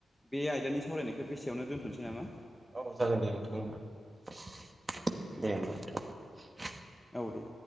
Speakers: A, in the centre; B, on the right.
A: बे आयदानि सावरायनायखौ बेसेयावनो दोनथ'नोसै नामा?
B: औ जागोन दे नोंथां होनबा दे होनोमबा नोंथां।
A: औ दे